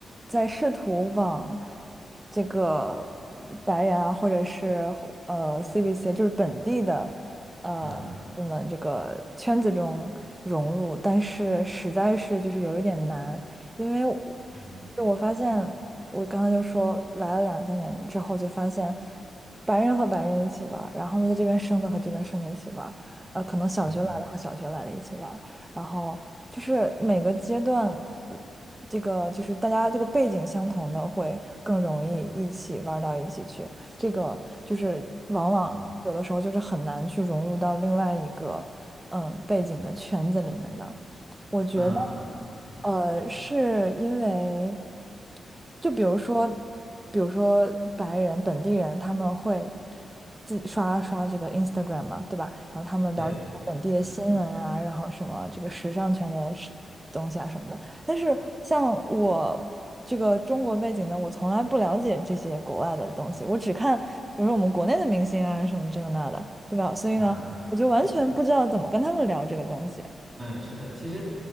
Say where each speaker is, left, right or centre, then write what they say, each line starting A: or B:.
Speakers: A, on the right; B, on the right.
A: 在试图往这个白人啊，或者是呃 CBC，就是本地的呃那么这个圈子中融入，
B: 嗯
A: 但是实在是就是有一点难，因为我
B: 嗯
A: 就我发现我刚刚就说来了两三年之后，就发现白人和白人一起玩儿然后呢在这边生的和这边生的一起玩。呃，可能小学来的和小学来的一起玩儿然后就是每个阶段，
B: 嗯
A: 呃这个就是大家这个背景相同的会更容易一起玩儿到一起去，这个就是往往有的时候就是很难去融入到另外一个嗯背景的圈子里面的。
B: 嗯
A: 我觉得，
B: 嗯嗯嗯，嗯对
A: 呃，是因为。就比如说，比如说白人本地人，他们会自己刷刷这个 Instagram 嘛，对吧？然后他们了解本地的新闻啊，
B: 对对对，嗯
A: 然后什么这个时尚圈的事东西啊什么的。但是像我这个中国背景的，我从来不了解这些国外的东西，我只看比如说我们国内的明星啊什么这个那的，对吧？所以呢，
B: 嗯，
A: 我就完全不知道怎么跟他们聊这个东西。
B: 是的。嗯，是的，其实，